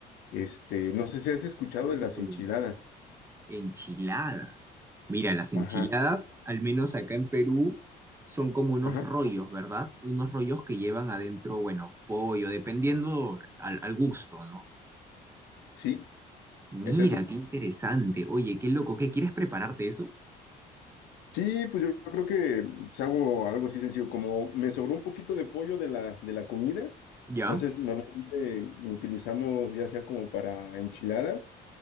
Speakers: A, on the left; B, on the right.
A: Este, no sé si has escuchado
B: Mm,
A: de las enchiladas.
B: Enchiladas. Mira, las enchiladas,
A: Ajá,
B: al menos acá en Perú, son como unos
A: ajá,
B: rollos, ¿verdad? Unos rollos que llevan adentro, bueno, pollo, dependiendo al, al gusto, ¿no?
A: sí,
B: Mira,
A: es eso.
B: qué interesante. Oye, qué loco, ¿qué quieres prepararte eso?
A: Sí, pues yo creo que pues, hago algo así sencillo, como me sobró un poquito de pollo de la, de la comida,
B: ¿Ya?
A: entonces normalmente lo utilizamos ya sea como para enchiladas